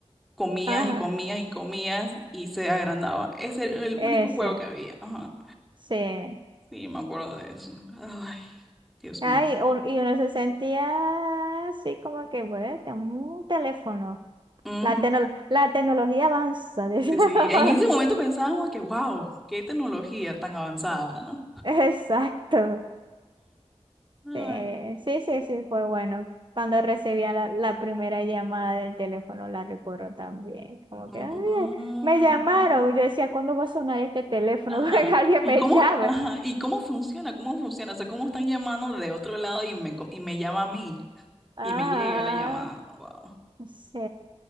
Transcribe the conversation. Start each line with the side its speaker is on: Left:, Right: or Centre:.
Centre: comías
Right: ajá,
Centre: y comías y comías y se agrandaba. Ese era el único
Right: ese,
Centre: juego que había. Ajá.
Right: sí.
Centre: Sí, me acuerdo de eso. Ay, Dios
Right: Ay,
Centre: mío.
Right: u- y uno se sentía así como que, bueno, tengo un teléfono.
Centre: Ujú,
Right: La, tecno- la tecnología avanza. <laughs> decía.
Centre: Sí, sí. En ese momento pensábamos que, wow, qué tecnología tan avanzada, ¿no?
Right: Exacto.
Centre: Ay.
Right: Eh, sí, sí, sí, fue bueno. Cuando recibía la, la primera llamada del teléfono, la recuerdo también. Como que,
Centre: Mm,
Right: "Ay, me llamaron. Yo decía, ¿cuándo va a sonar este teléfono
Centre: Ajá.
Right: <laughs> para que alguien
Centre: ¿Y
Right: me
Centre: cómo,
Right: llame?
Centre: ajá, ¿y cómo funciona? ¿Cómo funciona? O sea, ¿cómo están llamando de otro lado y me, co- y me llama a mí?
Right: Ajá.
Centre: Y me llega la llamada. Wow.
Right: Sí,